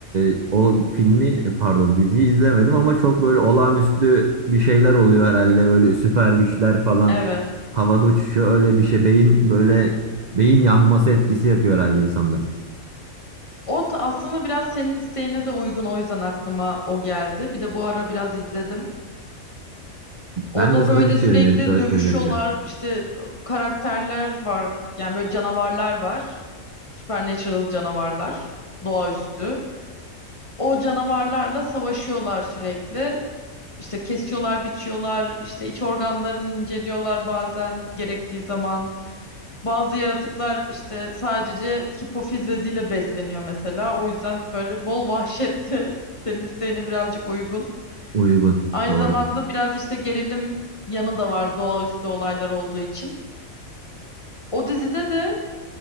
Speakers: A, on the right (about 65°); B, on the left (about 25°).
A: e, o filmi e, pardon diziyi izlemedim ama çok böyle olağanüstü bir şeyler oluyor herhalde. Böyle süper güçler falan
B: Evet.
A: havada uçuşuyor. Öyle bir şey beyin böyle beyin yanması etkisi yapıyor herhalde insanda.
B: O ta- aslında biraz senin isteğine de uygun. O yüzden aklıma o geldi. Bir de bu ara biraz izledim. Onda
A: Ben de sana
B: böyle
A: bir şey
B: sürekli
A: öner ö-
B: dövüşüyorlar.
A: önereceğim.
B: İşte karakterler var. Yani böyle canavarlar var. Supernatural canavarlar. Doğaüstü. O canavarlarla savaşıyorlar sürekli. İşte kesiyorlar, biçiyorlar, işte iç organlarını inceliyorlar bazen gerektiği zaman. Bazı yaratıklar işte sadece hipofiz beziyle besleniyor mesela. O yüzden böyle bol vahşetli, <laughs> senin isteğine birazcık uygun.
A: Uygun.
B: Aynı
A: Doğru.
B: zamanda biraz işte gerilim yanı da var doğaüstü olaylar olduğu için. O dizide de